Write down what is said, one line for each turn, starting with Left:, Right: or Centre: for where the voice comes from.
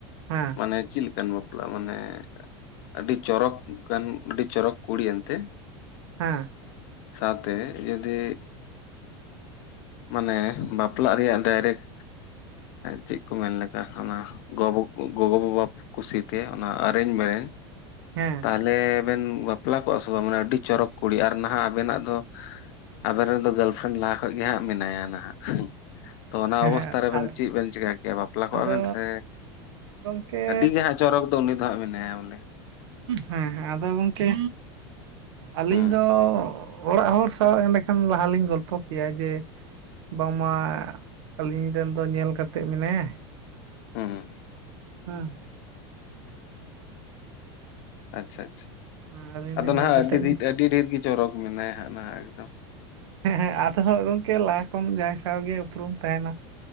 Right: ᱦᱮᱸ
Left: ᱢᱟᱱᱮ ᱪᱮᱫ ᱞᱮᱠ ᱵᱟᱯᱟᱨ ᱵᱟ ᱢᱟᱱᱮ ᱟᱹᱰᱤ ᱪᱚᱨᱚᱠ ᱜᱟᱱ ᱟᱹᱰᱤ ᱪᱚᱨᱚᱠ ᱠᱩᱲᱤ ᱮᱱᱛᱮ
Right: ᱦᱮᱸ
Left: ᱥᱟᱶᱛᱮ ᱡᱩᱫᱤ ᱢᱟᱱᱮ ᱵᱟᱯᱞᱟᱜ ᱨᱮᱭᱟᱜ ᱰᱟᱭᱨᱮᱠᱴ ᱪᱮᱫ ᱠᱚ ᱢᱮᱱ ᱞᱮᱠᱟ᱾ ᱚᱱᱟ ᱜᱚᱜᱚᱼᱵᱟᱵᱟ ᱠᱩᱥᱤᱛᱮ ᱚᱱᱟ ᱟᱨᱮᱧ ᱢᱮᱨᱮᱧ᱾
Right: ᱦᱮᱸ
Left: ᱛᱟᱦᱚᱞᱮ ᱟᱵᱮᱱ ᱵᱟᱯᱞᱟ ᱠᱚᱜ ᱦᱥᱩ ᱵᱟᱝ ᱢᱟᱱᱮ ᱟᱹᱰᱤ ᱪᱚᱨᱚᱠ ᱠᱩᱲᱤ ᱟᱨ ᱱᱟᱦᱟᱜ ᱟᱵᱮᱱᱟᱜ ᱫᱚ ᱟᱵᱮᱱ ᱨᱮᱱ ᱫᱚ ᱜᱟᱨᱞᱯᱷᱨᱮᱱᱰ ᱞᱟᱦᱟ ᱠᱷᱚᱱᱚᱡ ᱜᱮᱦᱟᱸᱜ ᱢᱮᱱᱟᱭᱟ ᱱᱟᱦᱟᱜ ᱛᱚ ᱚᱱᱟ
Right: ᱦᱮᱸ
Left: ᱚᱵᱚᱥᱛᱟ ᱨᱮᱵᱮᱱ
Right: ᱟᱨ
Left: ᱪᱮᱫ ᱵᱮᱱ ᱪᱤᱠᱟᱹ ᱠᱮᱭᱟ ᱵᱟᱯ ᱵᱟᱯᱞᱟ ᱠᱚᱜᱼᱟ
Right: ᱟᱫᱚ
Left: ᱵᱮᱱ ᱥᱮ
Right: ᱜᱚᱝᱠᱮ
Left: ᱟᱹᱰᱤ ᱜᱮ ᱦᱟᱸᱜ ᱪᱚᱨᱚᱠ ᱫᱚ ᱩᱱᱤ ᱫᱚ ᱦᱜ ᱮ
Right: ᱦᱮᱸ ᱦᱮᱸ ᱟᱫᱚ ᱜᱚᱝᱠᱮ ᱟᱞᱤᱧ
Left: ᱦᱩᱸ
Right: ᱫᱚ ᱚᱲᱟᱜ ᱦᱚᱲ ᱥᱟᱶ ᱮᱸᱰᱮᱠᱷᱟᱱ ᱞᱟᱦᱟ ᱞᱤᱧ ᱜᱚᱞᱯᱚ ᱠᱮᱭᱟ ᱡᱮ ᱵᱟᱝᱢᱟ ᱟᱹᱞᱤᱧ ᱨᱮᱱ ᱫᱚ ᱧᱮᱞ ᱠᱟᱛᱮᱫ ᱢᱮᱱᱟᱭᱟ
Left: ᱦᱮᱸ ᱦᱮᱸ
Right: ᱦᱮᱸ
Left: ᱟᱪᱪᱷᱟ ᱟᱪᱪᱷᱟ
Right: ᱦᱮᱸ ᱟᱹᱞᱤᱧ
Left: ᱟᱫᱚ
Right: ᱫᱚ ᱧᱮᱞ
Left: ᱱᱟᱦᱟᱜ
Right: ᱠᱟᱛᱮᱫ
Left: ᱟᱹᱰᱤ ᱰ ᱟᱹᱰᱤ ᱰᱷᱮᱨ ᱜᱮ ᱪᱚᱨᱚᱠ ᱢᱮᱱᱟᱭᱟ ᱦᱟᱸᱜ ᱚᱱᱟ ᱮᱠᱫᱚᱢ
Right: ᱦᱮᱸ ᱦᱮᱸ ᱟᱫᱚ ᱦᱚᱸ ᱜᱚᱢᱠᱮ ᱞᱟᱦᱟ ᱠᱷᱚᱱ ᱡᱟᱦᱟᱸᱭ ᱥᱟᱶᱜᱮ ᱩᱯᱨᱩᱢ ᱛᱟᱦᱮᱱᱟ